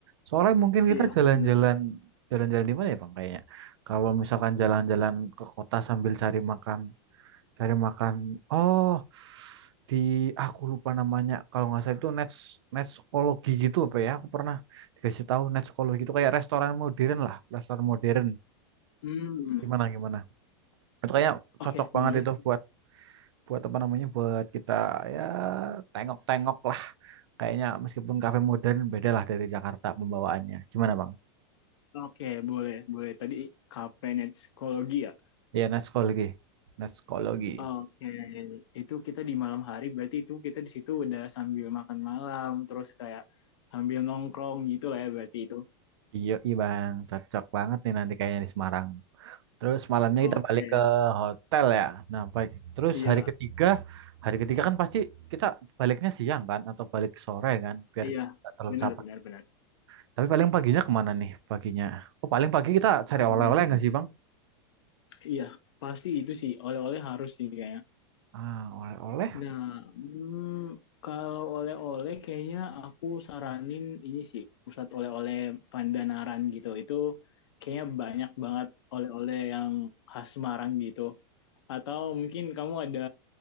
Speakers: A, on the right; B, on the left.
A: Sore mungkin kita
B: iya
A: jalan-jalan
B: benar.
A: jalan-jalan di mana ya Bang kayaknya? Kalau misalkan jalan-jalan ke kota sambil cari makan cari makan. Oh, di aku lupa namanya. Kalau nggak salah itu net net psikologi gitu apa ya? Aku pernah dikasih tahu net psikologi itu kayak restoran modern lah, restoran modern.
B: Hmm,
A: Gimana gimana? Itu kayaknya
B: oke
A: cocok
B: boleh.
A: banget itu buat buat apa namanya buat kita ya tengok-tengok lah kayaknya meskipun kafe modern beda lah dari Jakarta pembawaannya gimana bang?
B: Oke boleh boleh. Tadi Kapenet Psikologi ya.
A: Iya net psikologi net psikologi
B: Oke, itu kita di malam hari. Berarti itu kita di situ udah sambil makan malam, terus kayak sambil nongkrong gitu lah ya. Berarti itu.
A: iya iya bang cocok banget nih nanti kayaknya di Semarang Terus malamnya
B: Oke,
A: kita balik ke hotel ya. Nah, baik. Terus
B: iya
A: hari ketiga, hari ketiga kan pasti kita baliknya siang kan atau balik sore kan biar
B: iya
A: nggak terlalu
B: benar
A: capek.
B: benar benar.
A: Tapi paling paginya kemana nih paginya? Oh, paling pagi kita cari
B: Kayaknya
A: oleh-oleh nggak sih, Bang?
B: Iya, pasti itu sih. Oleh-oleh harus sih kayaknya.
A: Ah, oleh-oleh.
B: Nah, hmm, kalau oleh-oleh kayaknya aku saranin ini sih, pusat oleh-oleh Pandanaran gitu. Itu kayaknya banyak banget oleh-oleh yang khas Semarang gitu. Atau mungkin kamu ada